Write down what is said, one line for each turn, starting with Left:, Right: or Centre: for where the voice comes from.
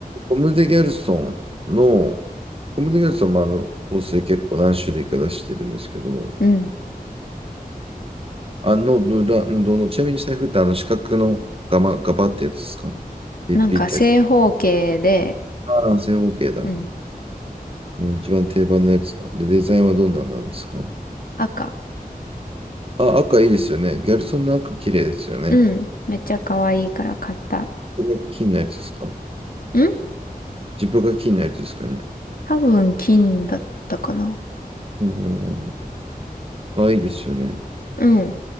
Right: コムデ・ギャルソンの、コムデ・ギャルソンもあの香水結構何種類か出してるんですけど、
Left: うん。
Right: あのブランドの、ちなみに財布ってあの四角のガバ、ガバってやつですかピッピッて。
Left: なんか正方形で、
Right: ああ、正方形だ。
Left: うん。
Right: うん、一番定番のやつだ。で、デザインはどんなんなんですか
Left: 赤。
Right: あ、赤いいですよね。ギャルソンの赤綺麗ですよね。
Left: うん。めっちゃ可愛いから買った。
Right: これが金のやつですか
Left: ん
Right: ジップが金のやつですかね。
Left: 多分金だったかな。
Right: うんうんうん。あ、いいですよね。
Left: うん。